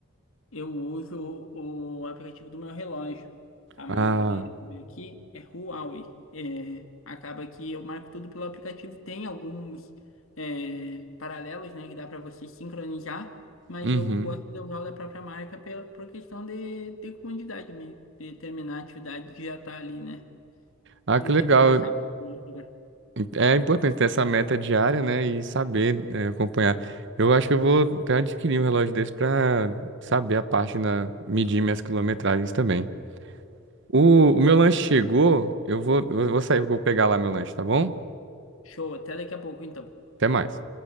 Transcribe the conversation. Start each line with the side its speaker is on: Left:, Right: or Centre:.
Left: Eu uso o aplicativo do meu relógio. A marca
Right: Ah,
Left: dele, vou ver aqui, é Huawei. É, acaba que eu marco tudo pelo aplicativo. Tem alguns é, paralelos, né, que dá para você sincronizar, mas
Right: uhum.
Left: eu gosto de usar o da própria marca pela, por questão de, de comodidade mesmo, de terminar a atividade que já tá ali, né?
Right: Ah,
Left: Não
Right: que legal.
Left: ter que passar por um lugar.
Right: É importante ter essa meta diária, né? E saber, é, acompanhar. Eu acho que eu vou até adquirir um relógio desse pra saber a parte na medir minhas quilometragens também. O, o meu lanche chegou, eu vou, eu vou sair, eu vou pegar lá meu lanche, tá bom?
Left: Show, até daqui a pouco, então.
Right: Até mais.